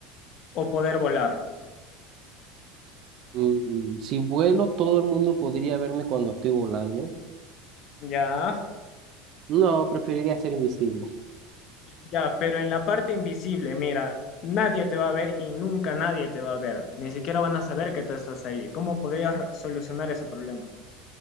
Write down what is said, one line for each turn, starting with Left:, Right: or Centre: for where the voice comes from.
Left: o poder volar?
Right: Mm, si vuelo, todo el mundo podría verme cuando estoy volando.
Left: Ya,
Right: No, preferiría ser invisible.
Left: ya, pero en la parte invisible, mira, nadie te va a ver y nunca nadie te va a ver. Ni siquiera van a saber que tú estás ahí. ¿Cómo podrías re- solucionar ese problema?